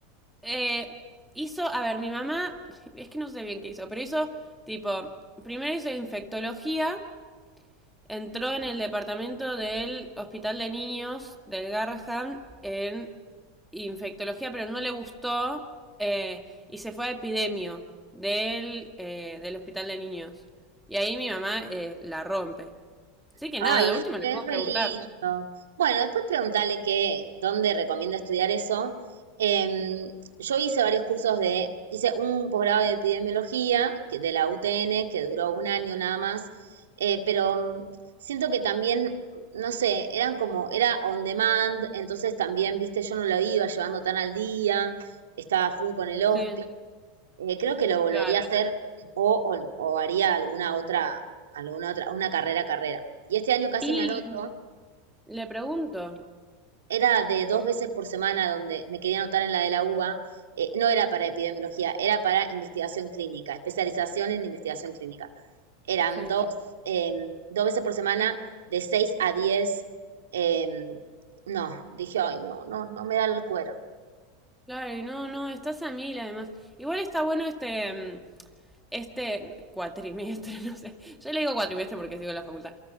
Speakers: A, in the centre; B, on the right (about 90°).
A: Eh, hizo, a ver, mi mamá, <laughs> es que no sé bien qué hizo, pero hizo tipo, primero hizo infectología, entró en el departamento del Hospital de Niños del Garrahan en infectología, pero no le gustó eh, y se fue a epidemio del, eh, del Hospital de Niños. Y ahí mi mamá eh, la rompe. Así que
B: Ay,
A: nada, de
B: es
A: última le
B: que
A: puedo
B: es re
A: preguntar.
B: lindo. Bueno, después preguntarle qué, dónde recomienda estudiar eso. Em, yo hice varios cursos de, hice un posgrado de epidemiología que- de la UTN que duró un año nada más, eh, pero mm, siento que también, no sé, eran como, era on demand, entonces también, viste, yo no lo iba llevando tan al día, estaba full con el hospital
A: Sí,
B: eh, creo que lo volvería
A: claro.
B: a hacer o, o- o haría alguna otra, alguna otra, una carrera, carrera. Y este año casi
A: Y
B: me anoto.
A: le pregunto.
B: Era de dos veces por semana donde me quería anotar en la de la UBA. Eh, no era para epidemiología, era para investigación clínica, especialización en investigación clínica. Eran
A: Sí.
B: dos, eh, dos veces por semana de 6 a 10. eh, no, dije, ay, no, no, no me da el cuero.
A: Claro, y no, no, estás a mil además. Igual está bueno este, mm, este cuatrimestre, <laughs> no sé. Yo le digo cuatrimestre porque sigo en la facultad.